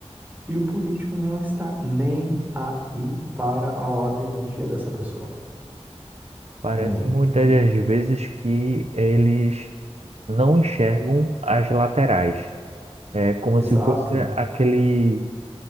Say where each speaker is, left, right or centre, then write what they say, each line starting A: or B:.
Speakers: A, on the right; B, on the right.
A: E o político não está nem aí para a ordem do dia dessa pessoa.
B: Parece
A: É,
B: muitas
A: e- e-
B: das vezes que eles não enxergam as laterais. É como
A: exato.
B: se fosse aquele